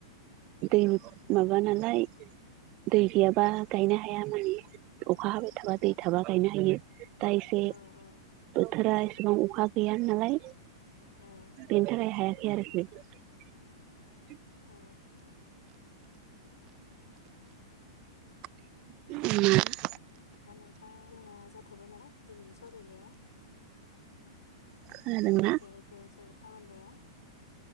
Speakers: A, on the right; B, on the left.
A: दै माबा नालाय दै गैयाबा गायनो हाया माने अखा हाबाय थाबा दै थाबा गायनो हायो दा एसे
B: औ औ
A: बोथोरा एसेबां अखा गैया नालाय
B: औ
A: बेनि थाखाय हायाखै आरोखि
B: औ
A: <unintelligible>
B: दा नोंथां जोंना जाथ'बाय ना दिनैनि सावरायनाया।
A: खोनादोंना
B: <unintelligible>